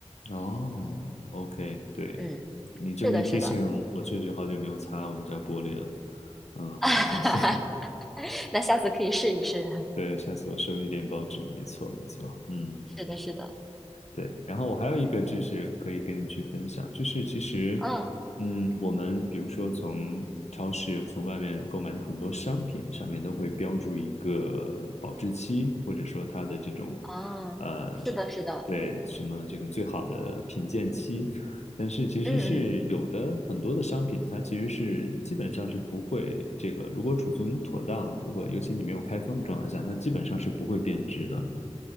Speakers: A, on the left; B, in the centre.
A: 哦，OK，对，
B: 嗯，
A: 你这么一提醒，
B: 是的，是的，
A: 我确实好久没有擦我们家玻璃了。嗯，
B: <laughs>
A: 我下次，
B: 那下次可以试一试。
A: <laughs> 对，下次我收一点报纸，没错没错。嗯
B: <laughs> 是的，是的，
A: 对，然后我还有一个知识可以跟你去分享，就是其实，
B: 嗯。
A: 嗯，我们比如说从超市、从外面购买的很多商品上面都会标注一个保质期，或者说它的这种，
B: 啊，
A: 呃，
B: 是的，是的，
A: 对，什么这个最好的品鉴期，但是其实是有的很多的商品，
B: 嗯嗯，
A: 它其实是基本上是不会这个，如果储存妥当，如果尤其你没有开封的状态下，它基本上是不会变质的。